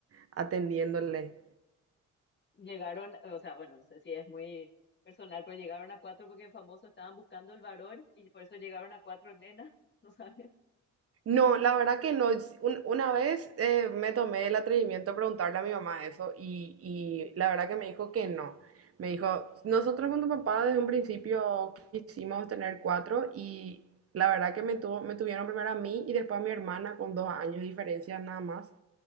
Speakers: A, on the right; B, on the left.
A: atendiéndole.
B: Llegaron, o sea, bueno, no sé si es muy personal, pero llegaron a cuatro porque famoso estaban buscando el varón y por eso llegaron a cuatro nenas, <laughs> ¿no sabes?
A: No, la verdad que no. un- una vez eh, me tomé el atrevimiento de preguntarle a mi mamá eso y, y la verdad que me dijo que no. Me dijo, nosotros con tu papá desde un principio quisimos tener cuatro y la verdad que me tuvo, me tuvieron primero a mí y después a mi hermana con dos años de diferencia nada más